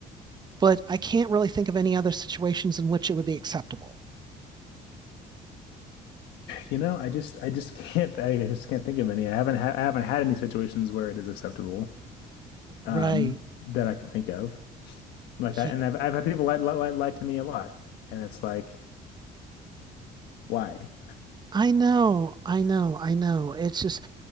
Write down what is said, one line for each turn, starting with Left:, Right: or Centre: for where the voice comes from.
Right: But I can't really think of any other situations in which it would be acceptable.
Left: You know, I just I just <laughs> can't I just can't think of any. I haven't ha I haven't had any situations where it is acceptable
Right: Right.
Left: um that I can think of. Like
Right: Ye-
Left: I and I've I've had people lie lie lie, lie to me a lot and it's like why?
Right: I know, I know, I know. It's just,